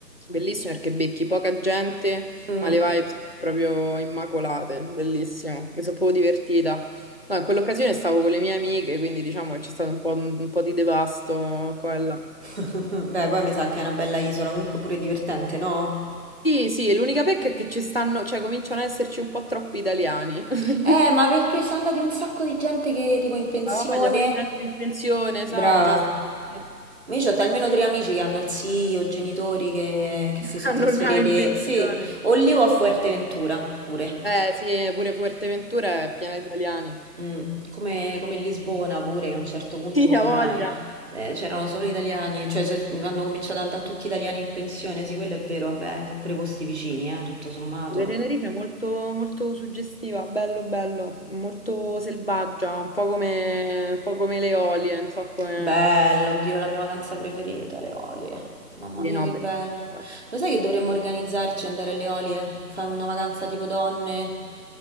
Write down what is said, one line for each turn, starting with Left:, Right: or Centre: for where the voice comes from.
Left: Bellissimo perché becchi poca gente,
Right: Mm.
Left: ma le vibes sono proprio immacolate, bellissimo, mi sono proprio divertita. No, in quell'occasione stavo con le mie amiche, quindi diciamo che c'è stato un po', un po' di devasto qua e là.
Right: <laughs> Beh, poi mi sa che è una bella isola, comunque pure divertente, no?
Left: Sì, sì, l'unica pecca è che ci stanno, cioè cominciano ad esserci un po' troppi italiani. <laughs>
Right: Eh, ma perché sono andati un sacco di gente che tipo in pensione?
Left: Ah, voglia, pure gente in pensione,
Right: Brava.
Left: esatto. sta- sì.
Right: Ma io ho almeno tre amici che hanno zii o genitori che, che
Left: <laughs>
Right: si sono
Left: Hanno
Right: trasferiti,
Left: là in pensione.
Right: sì, o lì o a Fuerteventura pure.
Left: Eh sì, pure Fuerteventura è piena di italiani.
Right: Mm. Come, come Lisbona pure, che a un certo punto
Left: Sì, ha
Right: era,
Left: voglia.
Right: eh, eh, c'erano solo italiani, cioè se- hanno cominciato ad andare tutti italiani in pensione, sì, quello è vero, vabbè, sono pure posti vicini, eh, tutto sommato.
Left: La Tenerife è molto, molto suggestiva, bello bello, molto selvaggia, un po' come, un po' come le Eolie, non so come...
Right: Bello, oddio, è la mia vacanza preferita, le Olie. Mamma
Left: Sì,
Right: mia,
Left: no,
Right: che
Left: bellissimo.
Right: belle. Lo sai che dovremmo organizzarci e andare alle Olie? Fare una vacanza tipo donne?